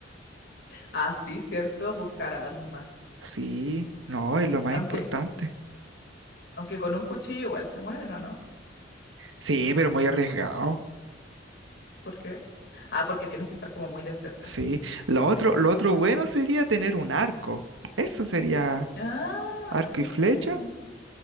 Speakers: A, on the left (about 60°); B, on the right (about 85°).
A: Ah, sí, cierto, buscar armas.
B: Sí, no, es lo más
A: Aunque,
B: importante.
A: aunque con un cuchillo igual se mueren, ¿o no?
B: Sí, pero muy arriesgado.
A: ¿Por qué? Ah, porque tienes que estar como muy de cerca.
B: Sí, lo otro, lo otro bueno sería tener un arco. Eso sería
A: Ah,
B: arco
A: sí.
B: y flecha.